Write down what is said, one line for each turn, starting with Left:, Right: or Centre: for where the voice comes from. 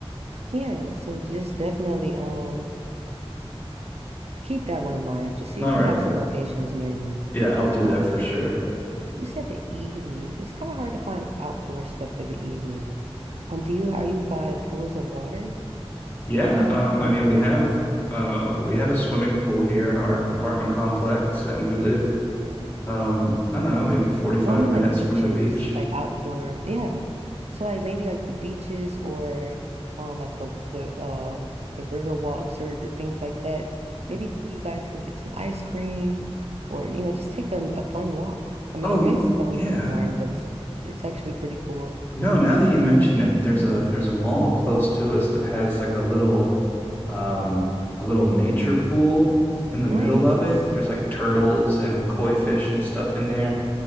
Right: Yeah, so just definitely um keep that one in mind. Just see
Left: All
Right: if
Left: right.
Right: you have some locations near you.
Left: Yeah, I'll do
Right: Um
Left: that for sure.
Right: You said the evening. It's kind of hard to find outdoor stuff for the evening. Um, do you are you by pools of water?
Left: Yeah, um, I mean we have uh we have a swimming pool here in our apartment complex and we live Um, I don't know, maybe 45
Right: Well, I mean
Left: minutes
Right: like beaches,
Left: from the beach.
Right: like outdoor. Yeah. So like maybe like the beaches or um like the the uh the river walks or things like that. Maybe you guys can get some ice cream or you know just take a, a fun walk. I mean,
Left: Oh,
Right: it
Left: y-
Right: may sound
Left: yeah.
Right: a little boring, but it's it's actually pretty cool.
Left: No, now that you mention it, there's a there's a mall close to us that has like a little um a little nature pool in the
Right: Nice.
Left: middle of it. There's like turtles and koi fish and stuff in there.